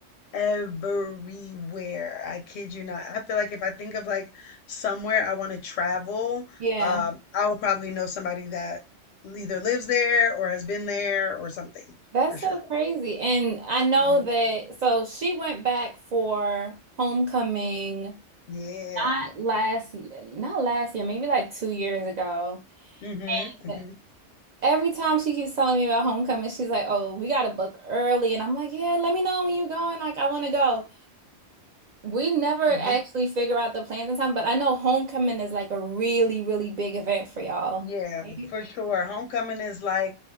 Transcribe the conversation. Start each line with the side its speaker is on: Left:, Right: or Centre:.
Left: everywhere. I kid you not. I feel like if I think of like somewhere I want to travel,
Right: Yeah.
Left: um, I will probably know somebody that either lives there or has been there or something
Right: That's
Left: for sure.
Right: so crazy. And I know
Left: hmm
Right: that, so she went back for homecoming
Left: Yeah.
Right: not last year, not last year, maybe like two years ago.
Left: hmm hmm
Right: And every time she keeps telling me about homecoming, she's like, "Oh, we got to book early." And I'm like, "Yeah, let me know when you're going. Like, I want to go." We never
Left: hmm
Right: actually figure out the plans in time, but I know homecoming is like a really, really big event for y'all.
Left: Yeah,
Right: Right?
Left: for sure. Homecoming is like,